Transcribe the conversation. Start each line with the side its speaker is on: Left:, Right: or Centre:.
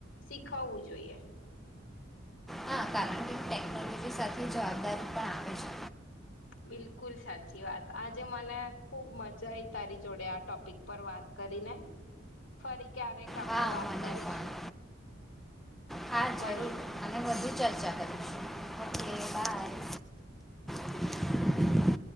Left: શીખવવું જોઈએ
Centre: હા કારણ કે ટેકનોલોજી સાથે જવાબદારી પણ આવે છે
Left: બિલકુલ સાચી વાત આજે મને ખુબ મજા આઈ તારી જોડે આ ટોપિક પર વાત કરીને ફરી ક્યારેક આપણેે
Centre: હા
Left: વાત
Centre: મને
Left: કરીશું
Centre: પણ હા
Left: મળીએ.
Centre: જરૂર અને વધુ ચર્ચા કરીશું ઓકે બાય <inaudible>